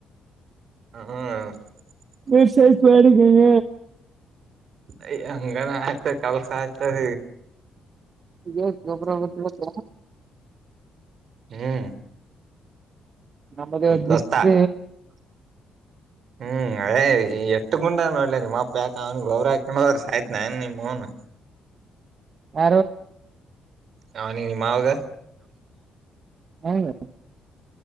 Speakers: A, on the right; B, on the right.
A: ಹ್ಮ
B: ನಿರ್ಷತ್ ಮಾಡಡಿಕಗ
A: ಅಯ ಹಂಗನ ಆಯ್ತ ಕೆಲ್ಸ ಆಯ್ತದ
B: ಹ ಗೊಬ್ಬರ ಬಬೇಕ
A: ಹ್ಮ್
B: ನಮ್ಮದೇದ್ತ್
A: ದೋಸ್ತ ಹ್ಮ್ ಅದೇ ಎಟ್ಟ ಗುಂಡ ನೋಡ್ಲ ನಿಮ್ಮಪ್ಪ ಯಾಕ ಅವ್ನು ಗೌರಾ ಹ ಆಯ್ತ್ ನಾಏನ್ ನಿಮನು
B: ಆ
A: ಹ ನೀ ಮಾವಗ
B: ಹ್ಮ